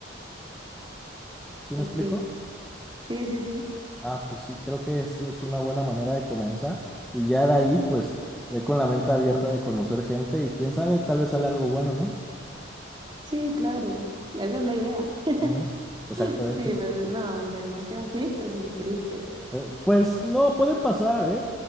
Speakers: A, in the centre; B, on the right (about 25°).
A: ¿Sí
B: Pues
A: me explico?
B: sí, sí, sí, sí,
A: Ah, pues sí, creo que eso es una buena manera de comenzar. Y ya de ahí, pues, ve con la mente abierta de conocer gente y quién sabe, tal vez sale algo bueno, ¿no?
B: sí, claro, esa es la idea. <laughs>
A: Ujú, Exactamente.
B: Sí, pues no, donde no sea así, pues muy triste.
A: Eh, pues no, puede pasar, ¿eh?